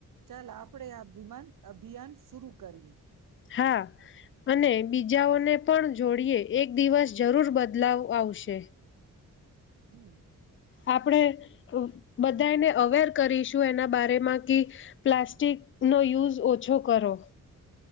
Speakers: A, on the right; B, on the left.
A: ચાલ આપણે આ વિમાન અભિયાન શરુ કરીએ.
B: હા અને બીજાઓને... પણ જોડીએ એક દિવસ જરૂર બધા... બદલાવ આવશે.
A: હમ.
B: આપણે બધાને અવેર કરીશું એના બારેમાં કે, પ્લાસ્ટિક નો યુઝ ઓછો કરો.